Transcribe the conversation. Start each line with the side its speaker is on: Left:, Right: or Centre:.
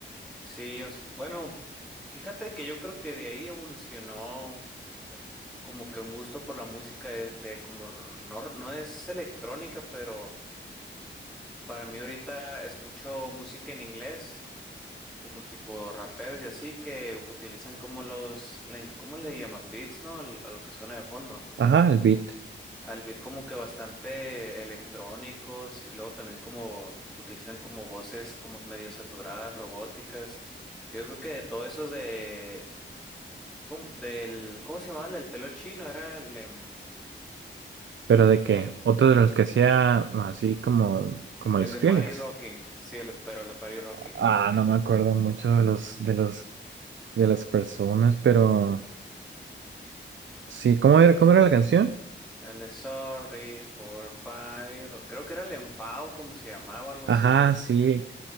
Centre: Sí, os- bueno, fíjate que yo creo que de ahí evolucionó como que un gusto por la música de, de como r- no, no es electrónica, pero para mí ahorita escucho música en inglés como tipo raperos y así que utilizan como los, la ins- ¿cómo le llaman? Beats, ¿no? Al- a lo que suena de fondo.
Right: Ajá, el beat.
Centre: Al beat como que bastante electrónicos y luego también como utilizan como voces como medio saturadas, robóticas. Yo creo que de todos esos de, ¿cómo, del, ¿cómo se llamaba el del pelo chino? Era el, em,
Right: Pero de que
Centre: em,
Right: otro de los que hacía así como, como el
Centre: el
Right: Skrillex.
Centre: de Party Rocking, sí, el de- pero el de Party Rocking.
Right: Ah, no me acuerdo mucho de los, de los, de las personas, pero sí, ¿cómo era, cómo era la canción?
Centre: El de Sorry for Party Rock- Creo que era el enfado, como se llamaba, algo
Right: Ajá,
Centre: así.
Right: sí,